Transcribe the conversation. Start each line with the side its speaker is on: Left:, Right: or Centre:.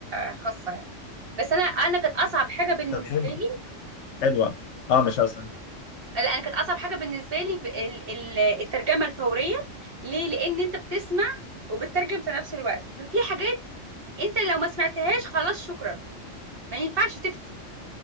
Right: خاصه يعني بس انا انا كانت اصعب حاجه بالنسبه
Left: طب حلو
Right: لي
Left: حلوه اه مش اصلا
Right: لا انا كانت اصعب حاجه بالنسبه لي ب- ال- ال- الترجمه الفوريه ليه لان انت بتسمع وبتترجم في نفس الوقت ففي حاجات انت لو ما سمعتهاش خلاص شكرا ما ينفعش تفتي